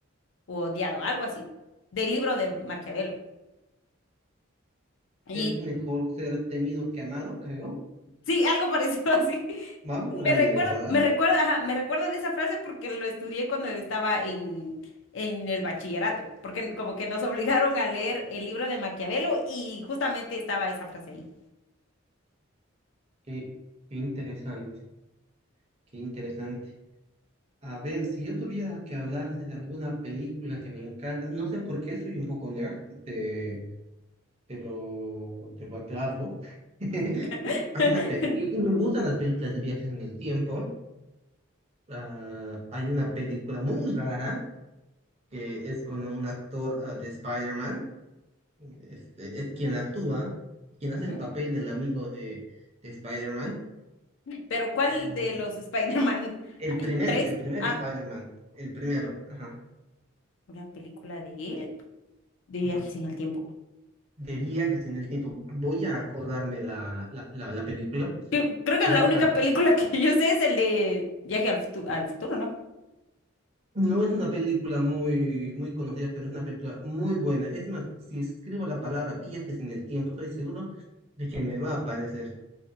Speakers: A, on the left (about 65°); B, on the right (about 30°).
A: o odiado, algo así, del libro de Maquiavelo. Y
B: Es mejor ser temido que amado, creo.
A: Sí, algo parecido <laughs> así.
B: Va
A: Me
B: por ahí,
A: recuerda,
B: ¿verdad?
A: me recuerda, ajá, me recuerda de esa frase porque lo estudié cuando estaba en, en el bachillerato, porque como que nos obligaron a leer el libro de Maquiavelo y justamente estaba esa frase ahí.
B: Qué, qué interesante, qué interesante. A ver, si yo tuviera que hablarte de alguna película que me encanta, no sé por qué soy un poco nerd, te, te lo, te lo aclaro. <laughs>
A: <laughs>
B: Hay una pe- y, y me gustan las películas de viajes en el tiempo. Ah, hay una película muy rara que es con un actor ah, de Spider-Man. Este, es quien actúa, quien hace
A: Ujú.
B: el papel del amigo de, de Spider-Man.
A: Pero ¿cuál
B: Mm,
A: de los Spider-Man?
B: El
A: Hay
B: primer,
A: tres.
B: el primer
A: Ah,
B: Spider-Man, el primero, ajá,
A: una película de él, de
B: ajá.
A: viajes en el tiempo.
B: De viajes en el tiempo. Voy a acordarme la, la, la- la película.
A: Cre- Creo que
B: Trata,
A: la única película que yo sé es el de Viaje al, Futu- al futuro, ¿no?
B: no es una película muy, muy conocida, pero es una película muy buena. Es más, si escribo la palabra viajes en el tiempo, estoy seguro de que me va a aparecer.